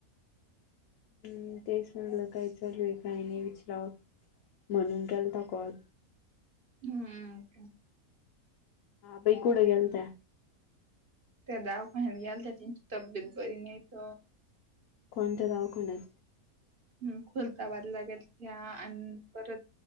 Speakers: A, on the left; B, on the right.
A: हम्म तेच म्हटलं काय चालूय काही नाही विचराव म्हणून केलता कॉल.
B: हम्म.
A: बई कुठ घेलत्या?
B: त्या दावाखान्यात गेल त्या त्यांची तब्येत बरी नाहीत
A: कोणत्या दवाखान्यात?
B: ह खुलताबादला गेलत्या आणि परत.